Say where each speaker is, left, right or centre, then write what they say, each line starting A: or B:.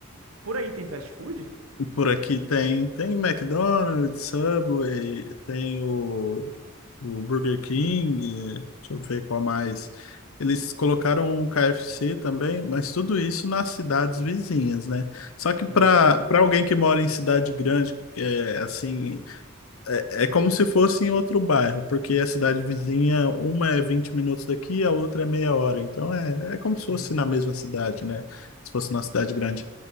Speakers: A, on the right; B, on the left.
A: Por aí tem fast food?
B: E por aqui tem, tem McDonald's, Subway, tem o, o Burger King, eh, deixa eu ver qual mais. Eles colocaram o KFC também, mas tudo isso nas cidades vizinhas, né? Só que para
A: Uhum.
B: para alguém que mora em cidade grande, é, assim, é, é como se fosse em outro bairro, porque a cidade vizinha, uma é 20 minutos daqui, a outra é meia hora. Então é, é como se fosse
A: Uhum.
B: na mesma cidade, né? Se fosse na cidade grande.